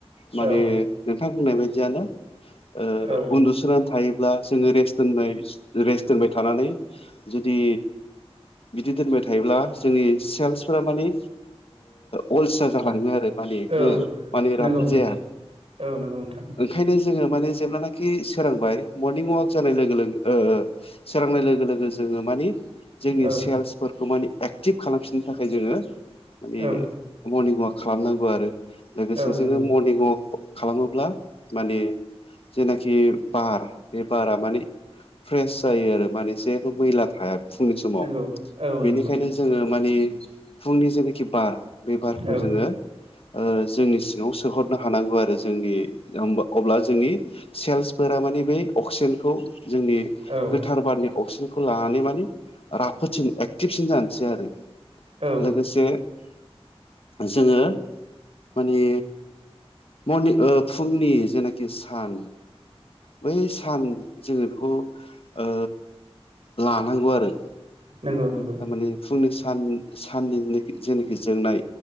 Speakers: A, on the left; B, on the right.
A: माने
B: औ
A: नोंथां बुंनाय बायदियानो ओ
B: औ
A: उन्दुसोनानै थायोब्ला जोङो रेस्ट दोननाय रेस्ट दोनबाय थानानै जुदि बिदि दोनबाय थायोब्ला जोंनि सेल्सफोरा माने ओ अलसिया जालाङो आरो माने
B: औ
A: माने राफोद
B: नंगौ
A: जाया
B: औ नंगौ नोंथां
A: ओंखायनो जोङो जेब्ला नोखि सोरांबाय मरनिं वाक जानाय लोगो लोगो ओ ओ सोरांनाय लोगो लोगो मानि जोंनि
B: औ
A: सेल्सफोरखौ मानि एक्टिभ खालामफिननो थाखाय जोङो माने
B: औ
A: मर्निं वाक खालामनांगौ आरो लोगोसे
B: औ
A: जोङो
B: नंगौ
A: मरनिं वाक खालामोब्ला माने जेनाखि बार बे बारा माने फ्रेस जायो आरो माने जेबो मैला थाया फुंनि समाव
B: नंगौ औ
A: बेनिखायनो
B: नंगौ नोंथां
A: जोङो मानि फुंनि जेनोखि बार बे बारखौ
B: औ
A: जोङो ओ जोंनि सिंआव सोहरनो हानांगौ आरो जोंनि अब्ला जोंनि सेलसफोरा माने बे अक्सिजेनखौ जोंनि
B: औ
A: गोथार बारनि अक्सिजेनखौ लानानै मानि राफोदसिन एक्टिभसिन जानोसै आरो
B: औ
A: लोगोसे जोङो मानि मनि फुंनि जेनाखि सान बै सान जोङो बेखौ ओ लानांगौ आरो।
B: नंगौ नंगौ
A: थारमाने फुंनि सान साननि जेनाखि जोंनाय